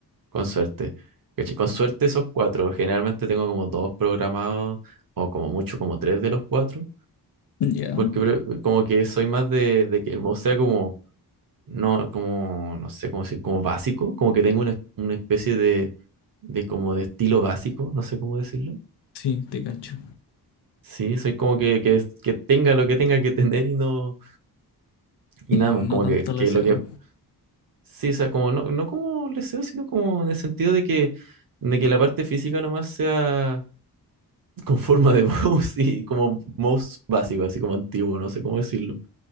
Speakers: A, on the right; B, on the left.
A: con suerte. Caché, Con suerte esos cuatro, generalmente tengo como dos programados o como mucho como tres de los cuatro.
B: ya,
A: Porque pre- como que soy más de, de que el mouse sea como, no, como, no sé cómo decir, como básico, como que tengo una, es- una especie de, de como de estilo básico, no sé cómo decirlo.
B: sí, te cacho.
A: Sí, soy como que, que, es- que tenga lo que tenga que tener y no, y
B: Y
A: nada
B: no
A: más, como
B: tanto
A: que,
B: el
A: que
B: deseo.
A: lo que, sí, o sea, como no, no como deseo, sino como en el sentido de que, de que la parte física nomás sea <laughs> con forma de <laughs> mouse y como mouse básico, así como antiguo, no sé cómo decirlo,